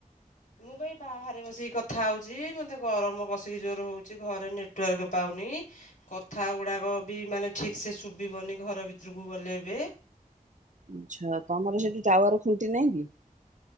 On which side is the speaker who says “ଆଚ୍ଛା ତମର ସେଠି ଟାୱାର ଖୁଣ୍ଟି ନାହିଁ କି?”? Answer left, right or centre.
Right